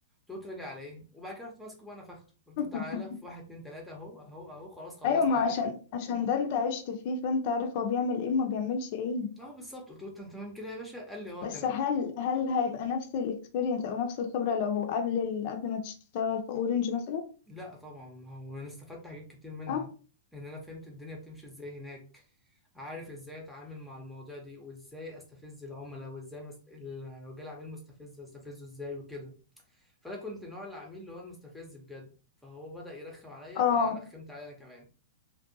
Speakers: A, in the centre; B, on the left.
A: قلت له تراجع على ايه وبعد كده رحت ماسكه بقى نفخته قلت
B: <laughs>
A: له تعالى في واحد اتنين تلاته اهو اهو اهو خلاص خلصنا
B: ايوه ما عشان
A: يا باشا
B: عشان ده انت عشت فيه فانت عارف هو بيعمل ايه وما بيعملش ايه
A: اه بالظبط قلت له انت تمام كده يا باشا قال لي اه تمام
B: بس هل هل هيبقى نفس الاكسبيرينس او نفس الخبرة لو هو قبل ال... قبل ما تشتغل في اورنج مثلا
A: لا طبعا ما هو انا استفدت حاجات كتير منها
B: اه
A: ان انا فهمت الدنيا بتمشي ازاي هناك عارف ازاي اتعامل مع المواضيع دي وازاي استفز العملاء وازاي مست... ال- لو جالي عميل مستفز استفزه ازاي وكده فانا كنت نوع العميل اللي هو المستفز بجد فهو بدأ يرخم عليا
B: اه
A: فانا رخمت عليه انا كمان